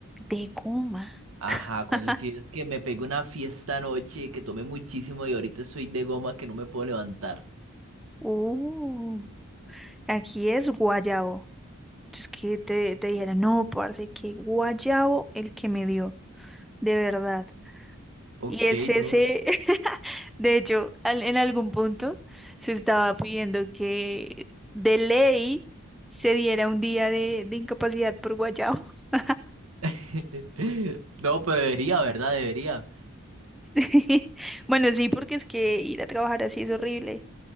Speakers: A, in the centre; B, on the right.
A: De coma
B: Ajá, cuando
A: <laughs>
B: sí que me pegué una fiesta anoche, que tomé muchísimo y ahorita estoy de goma que no me puedo levantar.
A: Uh. Aquí es guayabo. Entonces que te, te dijera, no, parce, que guayabo el que me dio, de verdad.
B: Ok,
A: Y es ese,
B: no.
A: <laughs> de hecho, al- en algún punto se estaba pidiendo que de ley se diera un día de, de incapacidad por guayabo. <laughs>
B: <laughs> No, pero debería, ¿verdad? Debería.
A: Sí. Bueno, sí, porque es que ir a trabajar así es horrible.